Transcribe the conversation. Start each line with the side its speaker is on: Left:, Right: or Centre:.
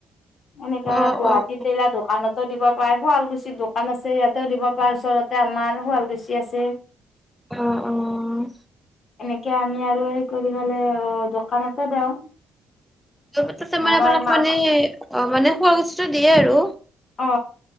Left: এনেকা
Centre: অ',
Left: গুৱাহাটী
Centre: অ',
Left: টেইলা দোকানত দিব পাৰ, শুৱালকুছিৰ দোকান আছে ইয়াতেও দিব পাৰ ওচৰতে আমাৰ শুৱালকুছি আছে।
Centre: অঁ অহ।
Left: এনেকে আমি আৰু সেই কৰি পালে অ দোকানতে দেওঁ।
Centre: <unintelligible> তে মানে
Left: মামাই
Centre: আপোনাক
Left: মামা
Centre: মানে অ মানে শুৱালকুছিটো দিয়ে আৰু।
Left: অ।